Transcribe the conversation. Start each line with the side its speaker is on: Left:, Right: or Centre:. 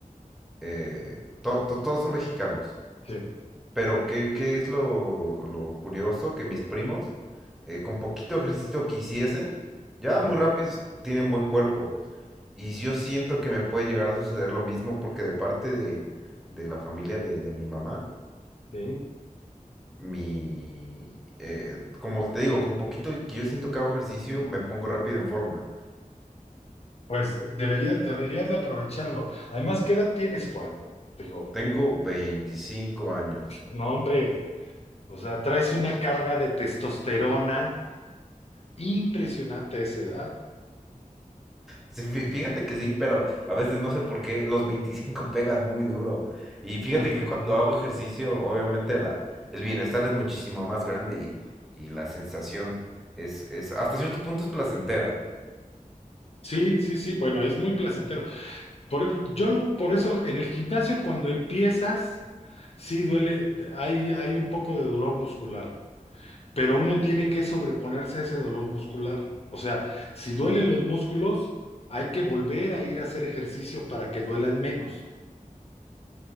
Centre: eh, to- to- todos son mexicanos.
Left: Sí,
Centre: Pero ¿qué, qué es lo, lo curioso? Que mis primos, eh, con poquito ejercicio que hiciesen, ya
Left: sí,
Centre: muy rápidos tienen buen cuerpo. Y yo siento que me puede llegar a suceder lo mismo porque de parte de, de la familia de, de mi mamá,
Left: sí.
Centre: mi... eh, como te digo, con poquito que yo siento que hago ejercicio, me pongo rápido en forma.
Left: Pues deberías, deberías de aprovecharlo. Además, ¿qué edad tienes, Juan? Digo,
Centre: Tengo 25 años.
Left: no, hombre, o sea, traes una carga de testosterona impresionante a esa edad.
Centre: Sí, fí- Fíjate que sí, pero a veces no sé por qué los 25 pegan muy duro. Y fíjate
Left: <laughs> Ajá.
Centre: que cuando hago ejercicio, obviamente la, el bienestar es muchísimo más grande y, y la sensación es, es, hasta cierto punto es placentera.
Left: Sí, sí, sí, bueno, es muy placentero. Por, yo, lo- por eso, en el gimnasio, cuando empiezas, sí duele, hay, hay un poco de dolor muscular. pero uno tiene que sobreponerse a ese dolor muscular. O sea, si duelen los músculos, hay que volver a ir a hacer ejercicio para que duelan menos.